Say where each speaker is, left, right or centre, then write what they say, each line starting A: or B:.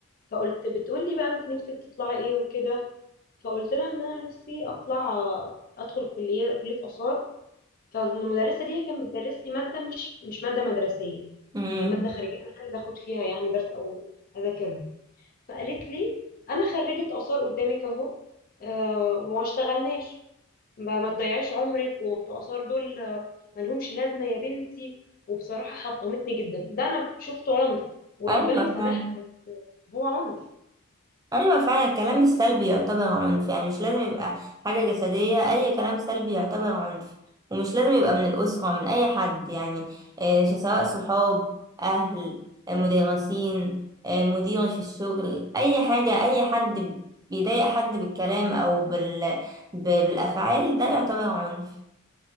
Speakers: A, on the left; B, on the right.
A: فقلت بتقول لي بقى انت نفسك تطلعي ايه وكده فقلت لها ان انا نفسي اطلع ادخل كليه كليه اثار فالمدرسه دي هي كانت بتدرس لي ماده مش مش ماده مدرسيه
B: امم
A: هي ماده خارجيه انا عايزه اخد فيها يعني درس او اذاكرها فقالت لي انا خريجه اثار قدامك اهو آه وما اشتغلناش ما ما تضيعيش عمرك وبتوع آثار دول آه، ملهمش لازمة يا بنتي وبصراحة حطمتني جدا ده أنا شفته عنف وربنا
B: ايوه
A: يسامحها
B: فعلا
A: بس آه، هو عنف
B: ايوه فعلا الكلام السلبي يعتبر عنف يعني مش لازم يبقى حاجه جسديه اي كلام سلبي يعتبر عنف ومش لازم يبقى من الاسره من اي حد يعني آه، سواء صحاب اهل آه، مدرسين آه، مدير في الشغل اي حاجه اي حد بيضايق حد بالكلام او بال... ب- بالافعال ده يعتبر عنف